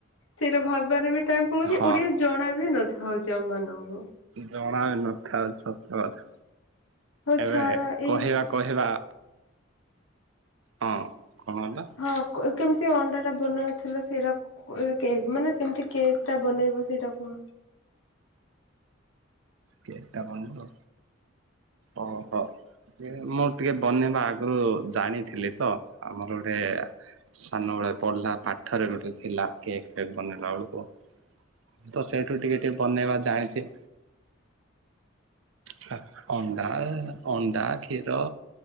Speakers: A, on the left; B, on the right.
A: ସେଇଟା ଭାବାରେ ବି ଟାଇମ୍ ପଳୋଉଚି
B: ହଁ
A: ଓଡିଆ ଜଣା ବି ନଥାଉଛି ଆମ ମାନଙ୍କୁ
B: ଜଣା ବି ନଥାଉ ସତ କଥା
A: ହଉ
B: ଏବେ
A: ଛାଡ ଏଇ
B: କହିବା କହିବା ହଁ କଣ ହେଲା?
A: ହଁ, କ-କେମିତି ଅଣ୍ଡା ଟା ବନଉଥିଲ? ସେଇରା କେହି ମାନେ କେମିତି? କେକ୍ ଟା ବନେଇବ ସେଇଟା କୁହ।
B: କେକ୍ ଟା ବନେଇଲ? ଓ ହ! ମୁଁ, ଟିକେ ବନେଇବା ଆଗରୁ ଜାଣିଥିଲି ତ! ଆମର ଗୋଟେ-ଏ ସାନବେଳେ ପଢିଲା ପାଠରେ ଗୋଟେ ଥିଲା, କେକ୍ ଫେକ୍ ବନେଇଲା ବଳକୁ ମୁଁ ତ, ସେଇଠୁ ଟିକେ ଟିକେ ବନେଇବା ଜାଣିଛି। ହା ଅଣ୍ଡା-ଆ, ଅଣ୍ଡା କ୍ଷୀର।